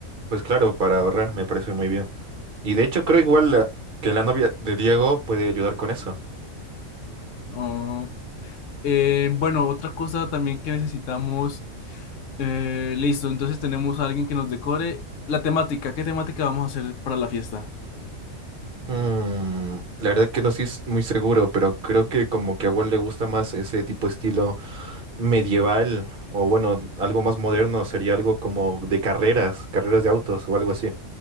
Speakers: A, on the right; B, on the left.
A: Pues claro, para ahorrar me parece muy bien. Y de hecho creo igual la- que la novia de Diego puede ayudar con eso.
B: Oh, eh, bueno, otra cosa también que necesitamos, eh, listo, entonces tenemos a alguien que nos decore. La temática, ¿qué temática vamos a hacer para la fiesta?
A: Mm, la verdad que no estoy s- muy seguro, pero creo que como que a Walt le gusta más ese tipo de estilo medieval o bueno, algo más moderno sería algo como de carreras, carreras de autos o algo así.